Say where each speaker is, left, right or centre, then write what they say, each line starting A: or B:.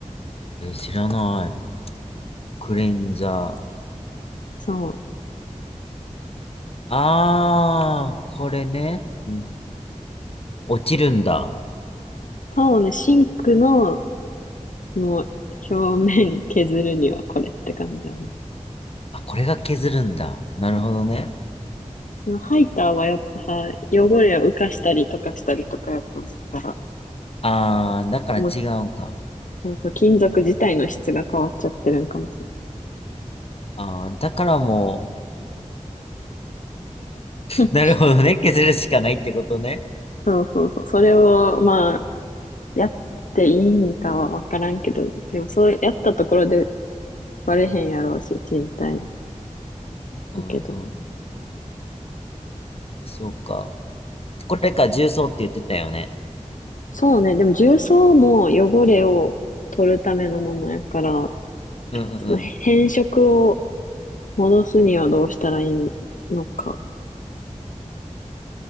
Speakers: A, on the left (about 50°); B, on the left (about 80°).
A: えー知らない。クレンザー。
B: そう。
A: ああ、これね。うん。落ちるんだ。
B: そうね、シンクの、もう、表面削るにはこれって感じやな。
A: あ、これが削るんだ。なるほどね。
B: そのハイターはやっぱさ、汚れを浮かしたりとかしたりとかやと思うから、
A: ああ、だから違うんか。
B: もう、そうそう、金属自体の質が変わっちゃってるんかもしれない。
A: ああ、だからも
B: うん
A: う、<laughs> なるほどね。削るしかないってことね。
B: そうそうそう。それを、まあ、やっていいんかはわからんけど、でもそうやったところでバレへんやろうし、賃貸
A: うんうん
B: だけど。
A: そうか。これか、重曹って言ってたよね。
B: そうね。でも重曹も汚れを取るためのものやから、
A: うんうん
B: その変色を戻すにはどうしたらいいのか。